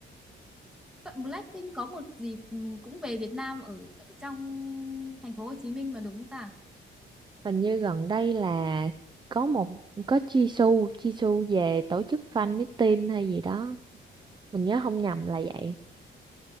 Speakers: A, in the centre; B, on the right (about 25°).
A: Vậy Blackpink có một dịp ừm, cũng về Việt Nam ở, ở trong thành phố Hồ Chí Minh mà đúng không ta
B: hình như gần đây là có một có Jisoo Jisoo về tổ chức fan meeting hay gì đó mình nhớ không nhầm là vậy